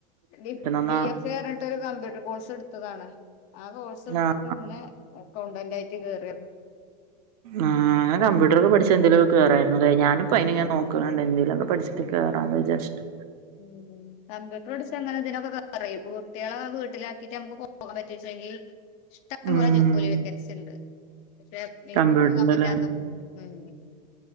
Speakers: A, on the left (about 35°); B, on the right (about 75°).
A: ടി
B: ന്നാ
A: ബി എഫ് ട്ടൊരു കമ്പ്യൂട്ടർ കോഴ്സ് എടുത്തതാണ് ആ കോഴ്സ് എടുത്തിട്ട്
B: ആഹ് ആഹ്
A: പിന്നെ. അക്കൗണ്ടന്റ് ആയിട്ട് കേറിയരുന്നു.
B: ആ അങ്ങനെ കമ്പ്യൂട്ടറൊക്കെ പഠിച്ച എന്തെങ്കി ലൊക്കെ കേറായിരുന്നു അല്ലേ ഞാനും. ഇപ്പനി ഞാൻ നോക്കുന്നുണ്ട് എന്തേങ്കിലുംക്കെ പഠിച്ചിട്ടേ കയറാന്ന് വിചാരി ചിട്ട്.
A: ഉം കമ്പ്യൂട്ടർപഠിച്ച അങ്ങനെതിനൊക്ക ക്കേ പറയും കുട്ടേളേ വീട്ട്ലാക്കീട്ട് നമുക്ക് പോകാൻ പറ്റ്ച്ചെങ്കി ഇഷ്ടം
B: ഉം
A: പോലെ ജോലി വേ ക്കൻസി ണ്ട് പക്ഷെ ഇൻക്ക്
B: കമ്പ്യൂട്ടറിന്റെല്ലേ
A: പോകാൻ പറ്റാത്ത ഉം ഉം